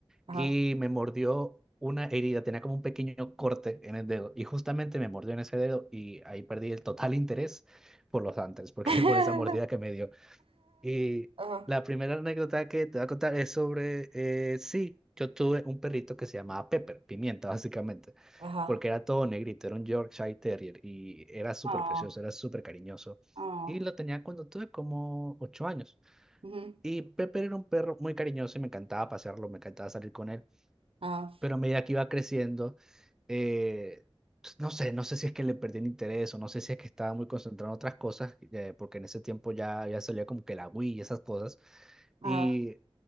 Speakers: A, on the right (about 75°); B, in the centre.
A: ajá.
B: y me mordió una herida, tenía como un pequeño corte en el dedo y justamente me mordió en ese dedo y ahí perdí el total interés por los hámsters, porque
A: <laughs>
B: <laughs> por esa mordida que me dio. Y
A: Ajá,
B: la primera anécdota que te voy a contar es sobre, eh, sí, yo tuve un perrito que se llamaba Pepper, pimienta <laughs> básicamente,
A: ajá,
B: porque era todo negrito, era un Yorkshire Terrier y era súper
A: ah,
B: precioso, era súper cariñoso.
A: ah,
B: Y lo tenía cuando tuve como ocho años.
A: ujú,
B: Y Pepper era un perro muy cariñoso y me encantaba pasearlo, me encantaba salir con él,
A: ajá,
B: pero a medida que iba creciendo, eh, pues, no sé, no sé si es que le perdí el interés o no sé si es que estaba muy concentrado en otras cosas, eh, porque en ese tiempo ya, ya salía como que la Wii y esas cosas
A: ajá,
B: y